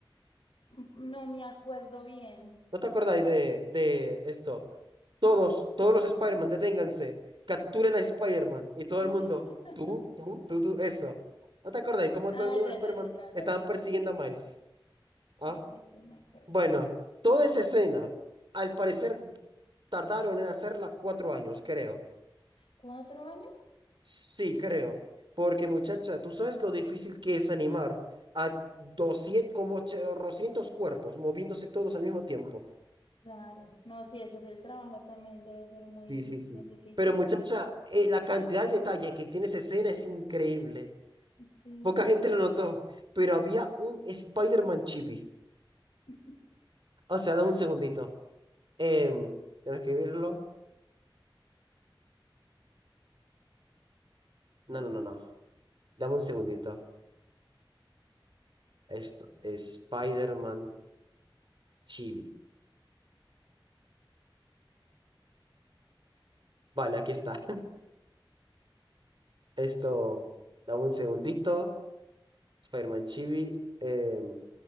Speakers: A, on the left; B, on the right.
A: Mm, No me acuerdo bien.
B: ¿No te acordáis de, de esto? Todos, todos los Spider-Man, deténganse, capturen a Spider-Man y todo
A: <laughs>
B: el mundo, tú, tú, tú, tú, eso. ¿No te acordáis cómo
A: Ah,
B: todo el mundo
A: ya,
B: de Spider-Man
A: ya, ya, ya, ya
B: estaban
A: me acuerdo.
B: persiguiendo a Miles? ¿Ah?
A: Sí, sí, sí, me acuerdo.
B: Bueno, toda esa escena, al parecer tardaron en hacerla cuatro años, creo.
A: ¿Cuatro años?
B: Sí, creo. Porque muchacha, tú sabes lo difícil que es animar a 200 como 800 cuerpos moviéndose todos al mismo tiempo.
A: Claro. No, sí, eso es el trabajo también debe ser muy,
B: Sí, sí, sí.
A: muy difícil.
B: Pero muchacha, eh, la cantidad de detalle que tiene esa escena es increíble.
A: Sí,
B: Poca
A: su...
B: gente lo notó, pero había un Spider-Man chibi.
A: <laughs>
B: O sea, dame un segundito. Em, Déjame escribirlo. No,
A: Dime,
B: no, no, no. Dame un segundito. Esto, Spider-Man Chibi. Vale, aquí está. <laughs> Esto, dame un segundito. Spider-Man Chibi, em,